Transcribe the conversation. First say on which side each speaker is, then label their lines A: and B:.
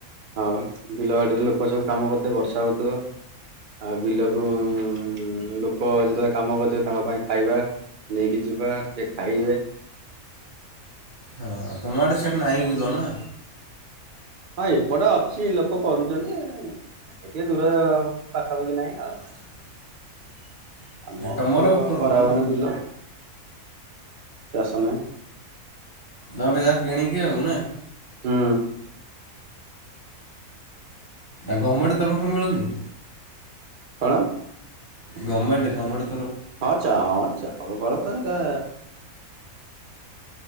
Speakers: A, on the right (about 55°); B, on the right (about 20°).
A: ହଉ ବିଲବାଡିରେ ଲୋକ ସବୁ କାମ କରୁଥିବ ବର୍ଷା ହଉଥିବ। ଆଉ ବିଲକୁ- ଲୋକ ଯେତେବେଳେ କାମ କରୁଥିବେ ତାଙ୍କ ପାଇଁ ଖାଇବା। ନେଇକି ଯିବା ସେ ଖାଇବେ।
B: ହଁ ତମ ଆଡେ ସେଠି ନାହିଁ ବିଲ ନା?
A: ହଁ ଏପଟେ ଅଛି ଲୋକ କରୁଛନ୍ତି ସେ ଟେ ଦୂର ପାଖାପାଖି ନାହିଁ ଆଉ।
B: <unintelligible>
A: ଆମ
B: ତମର
A: ତ
B: କରୁନ
A: କରାହଉନି
B: ନା
A: ବିଲ। ଚାଷ ନାହିଁ।
B: ଦ ଯା କିଣି କି ଆଉ ନା?
A: ହୁଁ।
B: ଆ ଗମେଣ୍ଟ ତରଫରୁ ମିଳୁନି?
A: କଣ?
B: ଗମେଣ୍ଟ ଗମେଣ୍ଟ।
A: ହଁଚା ହଁଚା ଆ ଫ ତ ଏଇଟା